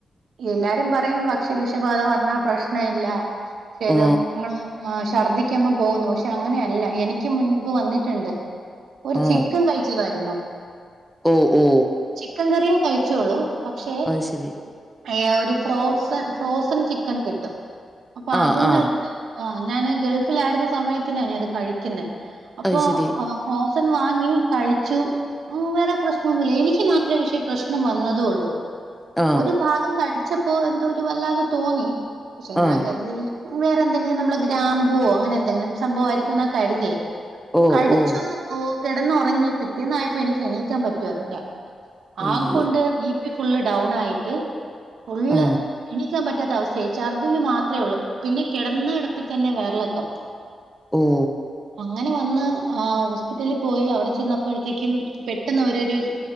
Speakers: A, on the right; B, in the centre.
A: എല്ലാ രും പറയും ഭക്ഷ്യ വിഷബാധ വന്നാ പ്രശ്നവില്ല പക്ഷെ
B: ആ.
A: ഇത് നമ്മള് ആശു ഛർദ്ദിക്കുമ്പം പോകുന്നു. പക്ഷെ അങ്ങനെയല്ല എനിക്ക് മുൻപ് വന്നിട്ടുണ്ട്. ഒരു
B: ആ.
A: ചിക്കൻ കഴിച്ചതായിരുന്നു.
B: ഓ, ഓ.
A: ചിക്കൻ കറിയേ കഴിച്ചോള്ളു. പക്ഷേ
B: അത് ശരി.
A: ഏ ഒരു ഫ്രോസൺ ഫ്രോസൺ ചിക്കൻ കിട്ടും അപ്പൊ
B: ആ,
A: അതിന്നെടുത്ത്
B: ആ.
A: ആ ഞാന് ഗൾഫിലായിരുന്ന സമയത്തിനാ ഞാൻ ഇത് കഴിക്കുന്നത് അപ്പൊ
B: അത് ശരി.
A: സൻ വാങ്ങി കഴിച്ചു. വേറെ പ്രശ്നമൊന്നുവില്ല എനിക്ക് മാത്രമേ പക്ഷേ പ്രശ്നം വന്നതും ഒള്ളൂ.
B: ആ.
A: ഒരു ഭാഗം കടിച്ചപ്പോ എന്തോ ഒരു വല്ലാതെ തോന്നി പക്ഷെ
B: ആ.
A: ഞാൻ കരുതി വേറെ എന്തെങ്കിലും നമ്മളെ ഗ്രാമ്പൂവോ അങ്ങനെ എന്തെങ്കിലും സംഭവം ആയിരിക്കും എന്നാ കരുതിയേ.
B: ഓ,
A: കഴിച്ചു
B: ഓ.
A: കിടന്നുറങ്ങി പിറ്റേന്നായപ്പോ എനിക്ക് എണീക്കാൻ പറ്റുവേല്ല.
B: അയ്യോ!
A: ആകെകൊണ്ട് ബി പി ഫുള്ള് ഡൗൺ ആയിട്ട് ഫുള്ള്
B: ആ.
A: എണീക്കാൻ പറ്റ റ്റാത്ത അവസ്ഥയായി ഛർദില് മാത്രേ ഉള്ളൂ പിന്നെ കിടന്ന കിടപ്പിൽ തന്നെ വയറിളക്കം.
B: ഓഹ്
A: അങ്ങനെ വന്ന് ഹോസ്പിറ്റലിൽ പോയി അവിടെ ചെന്നപ്പോഴത്തേക്കും പെട്ടന്നവര് ഒര്